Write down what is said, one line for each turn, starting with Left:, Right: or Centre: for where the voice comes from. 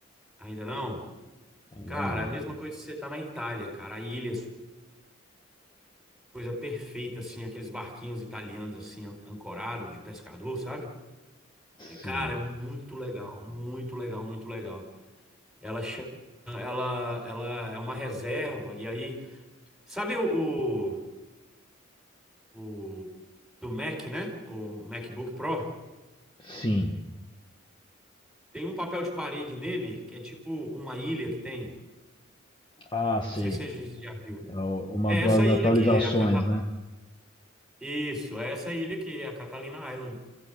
Centre: Ainda não?
Left: ainda
Centre: Cara,
Left: não.
Centre: é a mesma coisa de você tá na Itália, cara. A ilha, coisa perfeita, assim, aqueles barquinhos italianos, assim, an- ancorado de pescador, sabe? É, Cara,
Left: Sim,
Centre: é muito legal, muito legal, muito legal. Ela, cha- ela, ela é uma reserva, e aí, sabe o, o, o do Mac, né? O MacBook Pro?
Left: sim.
Centre: Tem um papel de parede nele, que é tipo uma ilha que tem.
Left: Ah, sei.
Centre: Não sei se você já viu.
Left: É o- Uma
Centre: É
Left: das
Centre: essa ilha
Left: atualizações,
Centre: aqui, é a Cata...
Left: né?
Centre: Isso, é essa ilha aqui, é a Catalina Island.